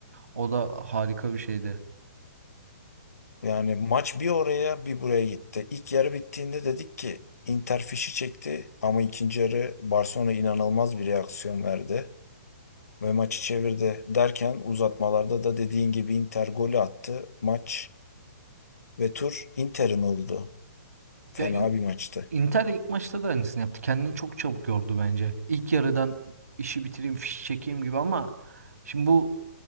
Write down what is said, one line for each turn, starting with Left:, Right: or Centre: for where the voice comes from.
Right: O da harika bir şeydi.
Left: Yani maç bir oraya bir buraya gitti. İlk yarı bittiğinde dedik ki Inter fişi çekti ama ikinci yarı Barcelona inanılmaz bir reaksiyon verdi ve maçı çevirdi. Derken uzatmalarda da dediğin gibi Inter golü attı. Maç ve tur Inter'in oldu. Fena
Right: Ya
Left: bir maçtı.
Right: Inter ilk maçta da aynısını yaptı. Kendini çok çabuk yordu bence. İlk yarıdan işi bitireyim, fişi çekeyim gibi ama şimdi bu